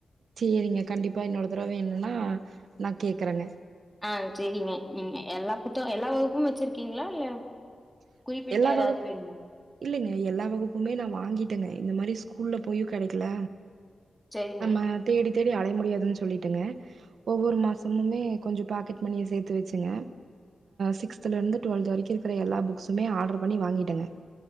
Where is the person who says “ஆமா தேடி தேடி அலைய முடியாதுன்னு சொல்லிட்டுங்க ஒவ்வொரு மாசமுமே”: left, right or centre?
Right